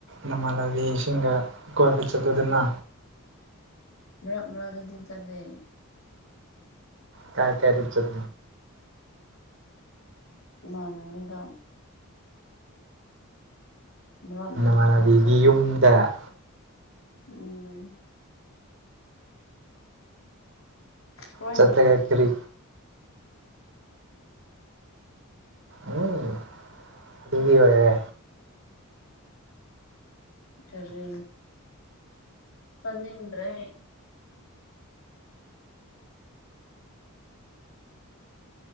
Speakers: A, on the right; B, on the left.
A: ꯅꯃꯥꯟꯅꯕꯤꯁꯤꯡꯒ ꯀꯣꯏꯕ ꯆꯠꯂꯨꯗꯨꯅ
B: ꯃꯔꯞ ꯃꯥ ꯑꯗꯨꯗꯤ ꯇꯗꯦ
A: ꯀꯥꯏ ꯀꯌꯥꯗ ꯆꯠ
B: ꯏꯃꯥꯟꯅꯕꯤꯗ ꯃ
A: ꯅꯃꯥꯟꯅꯕꯤꯒꯤ
B: ꯑꯗꯨ ꯆ
A: ꯌꯨꯝꯗ
B: ꯎꯝ ꯇꯣꯏꯅ
A: ꯆꯠꯠꯇ ꯀ ꯀꯔꯤ ꯎꯝ ꯑꯗꯨꯒꯤ ꯑꯣꯏꯔꯦ
B: <inaudible> ꯇꯔ ꯆꯖꯦꯡꯗ꯭ꯔꯦ